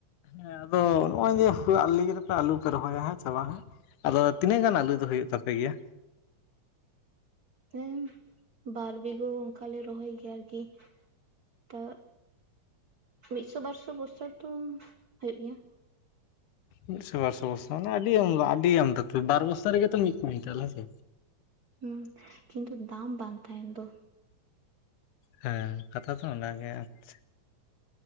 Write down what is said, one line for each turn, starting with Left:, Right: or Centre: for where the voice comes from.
Left: ᱦᱮᱸ ᱟᱫᱚ ᱱᱚᱜ-ᱚᱭ ᱡᱮ ᱦᱚᱞᱟ ᱟᱞᱤᱧ ᱨᱮᱯᱮ ᱟᱞᱩ ᱯᱮ ᱨᱚᱦᱚᱭᱟ ᱦᱮᱸ ᱪᱮ ᱵᱟ ᱦᱮᱸ᱾ ᱟᱫᱚ ᱛᱤᱱᱟᱹᱜ ᱜᱟᱱ ᱟᱹᱞᱩ ᱫᱚ ᱦᱩᱭᱩᱜ ᱛᱟᱯᱮ ᱜᱮᱭᱟ?
Right: ᱦᱮᱸ, ᱵᱟᱨ ᱵᱤᱜᱷᱳ ᱚᱱᱠᱟ ᱞᱮ ᱨᱚᱸᱦᱚᱭ ᱜᱮᱭᱟ ᱟᱨᱠᱤ᱾ ᱛᱚᱜ ᱢᱤᱫᱥᱚ ᱵᱟᱨᱥᱚ ᱵᱚᱥᱛᱟ ᱛᱚᱢ ᱦᱩᱭᱩᱜ ᱜᱮᱭᱟ᱾
Left: ᱢᱤᱫᱥᱚ ᱵᱟᱨᱥᱚ ᱵᱚᱥᱛᱟ ᱢᱟᱱᱮ ᱟᱹᱰᱤ ᱟᱢᱫᱟ ᱟᱹᱰᱤ ᱟᱢᱫᱟ ᱛᱚ ᱵᱟᱨ ᱵᱚᱥᱛᱟ ᱨᱮᱜᱮ ᱛᱚ ᱢᱤᱫ ᱠᱩᱭᱮᱱᱴᱟᱞ ᱦᱮᱸᱥᱮ᱾
Right: ᱦᱩᱸ, ᱠᱤᱱᱛᱩ ᱫᱟᱢ ᱵᱟᱝ ᱛᱟᱦᱮᱱ ᱫᱚ᱾
Left: ᱦᱮᱸ, ᱠᱟᱛᱷᱟ ᱛᱚ ᱚᱱᱟ ᱜᱮ ᱾ᱟᱪᱷ